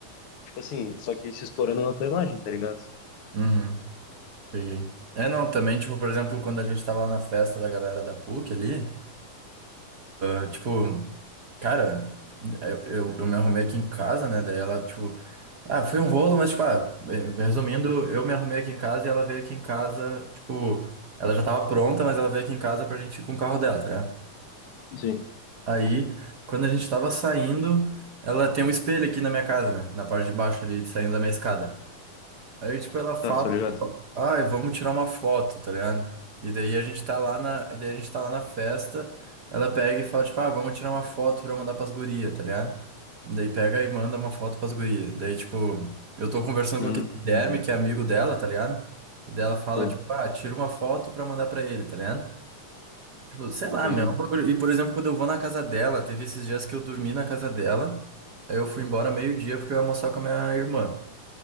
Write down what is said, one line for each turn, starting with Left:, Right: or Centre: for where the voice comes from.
Left: Tipo assim, só que se escorando na tua imagem, tá ligado?
Right: Uhum. Peguei. É, não, também, tipo, por exemplo, quando a gente tava lá na festa da galera da PUC ali, ah, tipo. Cara, eu, eu, eu me arrumei aqui em casa, né? Daí ela, tipo, ah, foi um rolo, mas, tipo, ah, eh, resumindo, eu me arrumei aqui em casa e ela veio aqui em casa, tipo, ela já tava pronta, mas ela veio aqui em casa pra gente ir com o carro dela, tá ligado?
Left: Sim.
Right: Aí, quando a gente tava saindo, ela tem um espelho aqui na minha casa, né? Na parte de baixo ali, saindo da minha escada. Aí, tipo, ela fala,
Left: Tá, tô
Right: tipo,
Left: ligado.
Right: ai, vamos tirar uma foto, tá ligado? E daí a gente tá lá na, e daí a gente tá lá na festa, ela pega e fala, tipo, ah, vamos tirar uma foto pra eu mandar pras gurias, tá ligado? Daí pega e manda uma foto pras gurias. Daí, tipo, eu tô conversando
Left: Hum,
Right: com aquele Guilherme, que é amigo dela, tá ligado? Daí ela fala,
Left: sim,
Right: tipo, ah, tira uma foto pra mandar pra ele, tá ligado? Tipo, sei lá,
Left: peguei.
Right: meu. é um bagulho- E, por exemplo, quando eu vou na casa dela, teve esses dias que eu dormi na casa dela, aí eu fui embora meio-dia porque eu ia almoçar com a minha irmã.